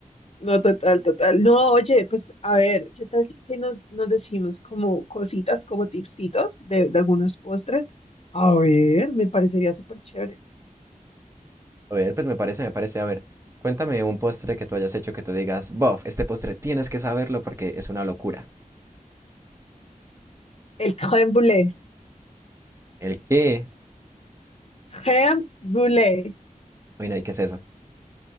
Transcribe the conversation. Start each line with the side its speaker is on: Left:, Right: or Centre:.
Left: No, total, total. No, oye, pues a ver, ¿qué tal si nos, nos decimos como cositas, como tipsitos de, de algunos postres? A ver, me parecería súper chévere.
Right: A ver, pues me parece, me parece. A ver, cuéntame un postre que tú hayas hecho que tú digas, bof, este postre tienes que saberlo porque es una locura.
Left: El crème brûlée.
Right: ¿El qué?
Left: Crème brûlée.
Right: Uy, no, ¿y qué es eso?